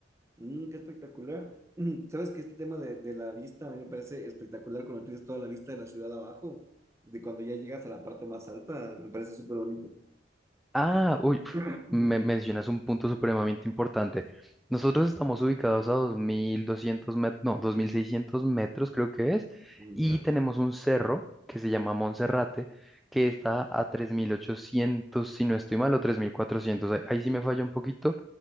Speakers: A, on the right; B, in the centre.
A: Mm, qué espectacular. <clears throat> Mm, ¿Sabes que este tema de, de la vista a mí me parece espectacular cuando tienes toda la vista de la ciudad abajo? De cuando ya llegas a la parte más alta, me parece súper bonito.
B: Ah, uy, pf,
A: <clears throat>
B: me mencionas un punto supremamente importante. Nosotros estamos ubicados a 2.200 metros, no, 2.600 metros creo que es,
A: Mm,
B: y
A: Ya,
B: tenemos un cerro que se llama Monserrate, que está a 3.800 si no estoy mal, o 3.400. Ahí, ahí sí me falla un poquito,